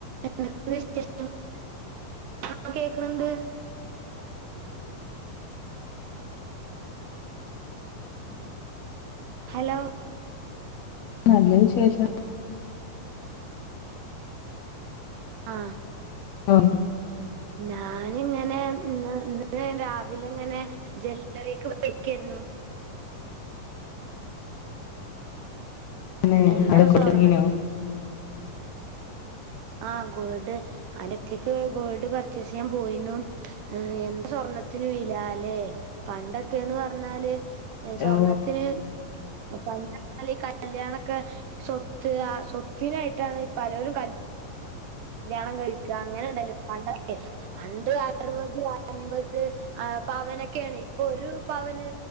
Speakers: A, on the right; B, on the left.
A: എന്തൊക്കെ ണ്ട് വിശേഷം <inaudible> കേക്ക്ണ് ണ്ട് ഹലോ
B: ന്നല്ല വിശേഷം
A: ആ
B: ഒർങി
A: ഞാന്ങ്ങനെ ന്ന് ന്ന് ഇന്ന് രാവില ങ്ങനെ ജെല്ലറിക്ക് പൊയ്ക്കെര്ന്നു
B: ന്നേ
A: എന്താ
B: അയ്നൊക്ക
A: ഇപ്പൊ
B: കുത്തർന്നീനോ
A: സ്വർണ്ണ ആ ഗോൾഡ് അനിഎത്തിക്ക് ഗോൾഡ് പർച്ചേസ് എയാം പോയിന്നു എന്താ സ്വർണത്തിന് വിലാ ല്ലേ പണ്ടൊക്കേന്ന് പർഞ്ഞാല് സ്വർണത്തിന്
B: ഓ
A: പണ്ട്അർഞാല് ഈ കല്ല്യാണൊക്കെ സ്വത്ത് ആ സ്വത്തിനായിട്ടാണ് പലോരും കൽ ല്ല്യാണം കഴിക്ക അങ്ങനണ്ടല്ലോ പണ്ടൊകെ പണ്ട് അർവത് അയ്ബത് പവനൊക്കെണ് ഇപ്പൊ ഒരു പവന്